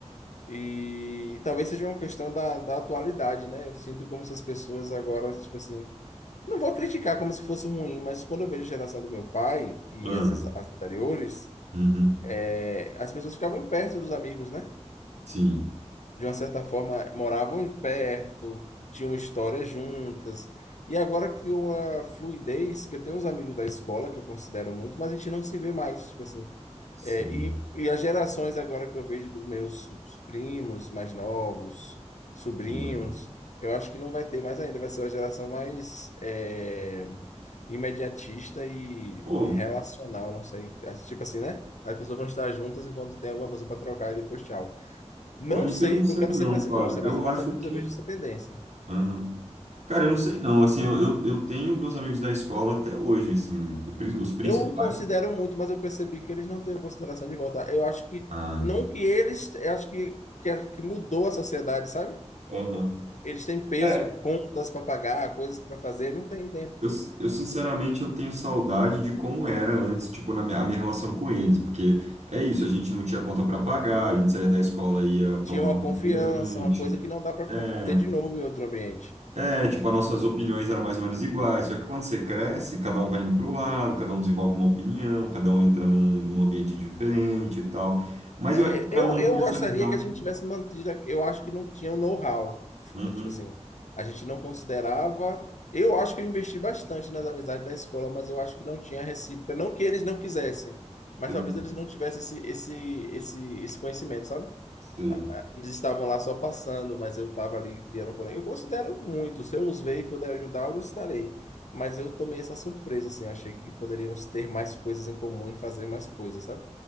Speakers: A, on the left; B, on the right.
A: e talvez seja uma questão da, da atualidade, né? Eu sinto como se as pessoas agora, tipo assim, não vou criticar como se fosse ruim, mas quando eu vejo a geração do meu pai e
B: Ah,
A: as, as anteriores,
B: uhum.
A: é, as pessoas ficavam perto dos amigos, né?
B: Sim,
A: de uma certa forma, moravam perto, tinham histórias juntas. E agora criou uma fluidez que eu tenho uns amigos da escola que eu considero muito, mas a gente não se vê mais, tipo assim.
B: sim.
A: É, e, e as gerações agora que eu vejo dos meus primos mais novos, sobrinhos,
B: Eu.
A: eu acho que não vai ter mais ainda, vai ser uma geração mais é, imediatista e
B: Pô,
A: relacional, não sei. Tipo assim, né? As pessoas vão estar juntas enquanto tem alguma coisa para trocar e depois tchau. Não
B: pô, isso
A: sei,
B: eu não sei
A: não quero
B: não,
A: ser pessimista,
B: Fábio. Eu
A: mas é mais
B: acho
A: ou menos
B: que.
A: eu vejo essa tendência.
B: Aham. Cara, eu não sei não. Assim, eu, eu, eu tenho meus amigos da escola até hoje, assim, pri- os principais.
A: Eu considero muito, mas eu percebi que eles não têm consideração de voltar. Eu acho que,
B: Ah,
A: não
B: tem.
A: que eles, eu acho que, que, que mudou a sociedade, sabe?
B: Aham.
A: Eles têm peso,
B: É,
A: contas para pagar, coisas para fazer, não tem tempo.
B: Eu, eu, sinceramente eu tenho saudade de como era antes, tipo, na minha, a minha relação com eles, porque é isso, a gente não tinha conta para pagar, a gente saía da escola ia tomar
A: Tinha uma
B: um refrigerante.
A: confiança, uma coisa que não dá para
B: É,
A: ter de novo em outro ambiente.
B: é, tipo, as nossas opiniões eram mais ou menos iguais, só que quando você cresce, cada um vai indo para o lado, cada um desenvolve uma opinião, cada um entra num, num ambiente diferente e tal. Mas
A: É,
B: eu acho que para
A: Eu,
B: manter
A: eu gostaria
B: essa amizade.
A: que a gente tivesse mantido. Eu acho que não tinha o know-how.
B: Uhum,
A: Tipo assim, a gente não considerava. Eu acho que eu investi bastante nas amizades da escola, mas eu acho que não tinha recíproca. Não que eles não quisessem, mas
B: entendi.
A: talvez eles não tivessem esse, esse, esse, esse conhecimento, sabe?
B: Sei.
A: A- a- Eles estavam lá só passando, mas eu estava ali criando um conexão. Eu considero muito. Se eu os ver e puder ajudá-lo, estarei. Mas eu tomei essa surpresa, assim. eu achei que poderíamos ter mais coisas em comum e fazer mais coisas, sabe?